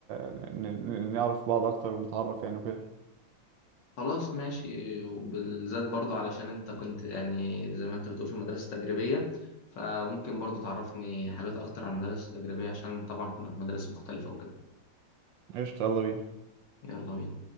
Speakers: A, on the right; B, on the left.
A: ن- ن- نعرف بعض اكتر ونتعرف يعني وكده
B: خلاص ماشي وبالذات برضه علشان انت كنت يعني زي ما انت بتقول في مدرسة تجريبية فممكن برضه تعرفني حاجات اكتر عن المدرسة التجريبية عشان طبعا كنا في مدارس مختلفة وكده
A: قشطة يلا بينا
B: يلا بينا